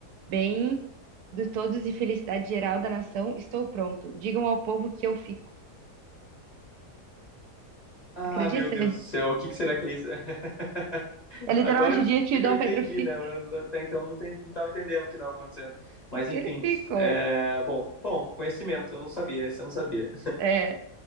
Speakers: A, on the right; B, on the left.
A: bem de todos e felicidade geral da nação, estou pronto. Digam ao povo que eu fico. <laughs>
B: Ah,
A: Acredita,
B: meu Deus
A: né?
B: do céu. O que, que será que é isso? <laughs>
A: É literalmente
B: Agora
A: o dia que
B: é
A: o
B: que
A: Dom
B: eu entendi,
A: Pedro fi...
B: né? Mas Até então não, estava entendendo o que estava acontecendo.
A: <laughs>
B: Mas
A: que
B: enfim.
A: ele ficou.
B: é, Bom, bom, conhecimento. Eu não sabia. Esse eu não sabia.
A: É,